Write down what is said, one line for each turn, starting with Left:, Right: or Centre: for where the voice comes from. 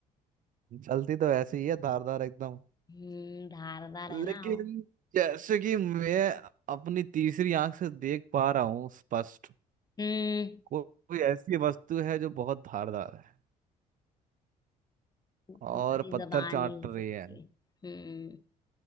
Right: चलती तो ऐसी ही है धारदार एकदम
Left: हम्म धारदार
Right: लेकिन
Left: है ना आओ
Right: जैसे कि मैं अपनी तीसरी आंख से देख पा रहा हूँ स्पष्ट
Left: हम्म
Right: को- कोई ऐसी वस्तु है जो बहुत धारदार है
Left: तुम्हारी
Right: और पत्थर
Left: जबान
Right: चाट
Left: ही हो
Right: रही
Left: सकती
Right: है
Left: है हम्म